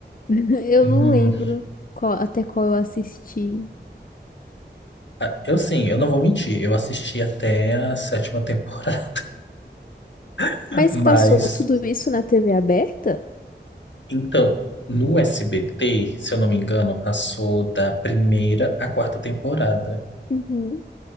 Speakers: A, on the left; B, on the left.
A: <laughs> Eu
B: Hum,
A: não lembro qual- até qual eu assisti.
B: ah, eu sim, eu não vou mentir, eu assisti até a sétima temporada, <laughs>
A: Mas
B: mas
A: passou tudo isso na TV aberta?
B: Então, no SBT, se eu não me engano, passou da primeira à quarta temporada.
A: Uhum.